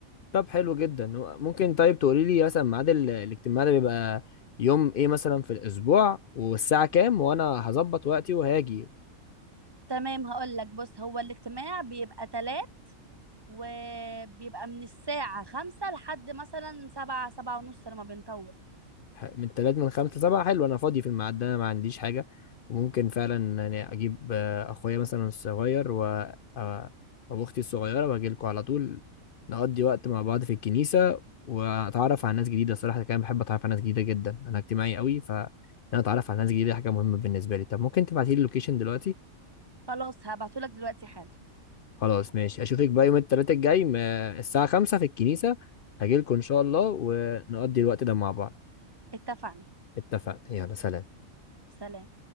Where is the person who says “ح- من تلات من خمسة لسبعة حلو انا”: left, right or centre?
Left